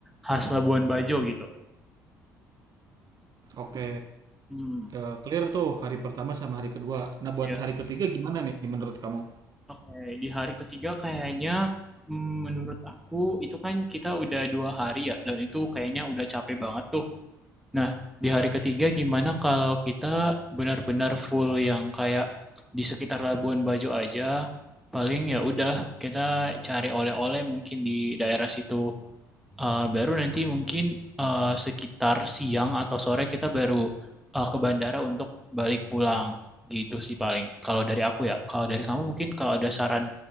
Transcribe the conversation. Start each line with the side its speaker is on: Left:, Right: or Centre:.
Centre: khas Labuan Bajo gitu.
Right: Oke,
Centre: Hmm.
Right: eh, clear tuh hari pertama sama hari kedua. Nah, buat
Centre: Ya.
Right: hari ketiga gimana nih menurut kamu?
Centre: Oke, di hari ketiga kayaknya mm, menurut aku itu kan kita udah dua hari ya dan itu kayaknya udah capek banget tuh. Nah, di hari ketiga gimana kalau kita benar-benar full yang kayak di sekitar Labuan Bajo aja, paling ya udah kita cari oleh-oleh mungkin di daerah situ. Eh, baru nanti mungkin eh, sekitar siang atau sore kita baru eh, ke bandara untuk balik pulang. Gitu sih paling. Kalau dari aku ya, kalau dari kamu mungkin kalau ada saran